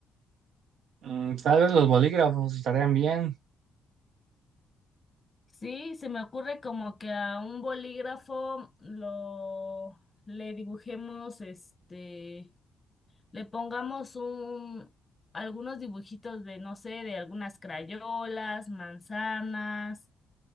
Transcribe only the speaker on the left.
Sí, se me ocurre como que a un bolígrafo lo le dibujemos, este, le pongamos un algunos dibujitos de, no sé, de algunas crayolas, manzanas,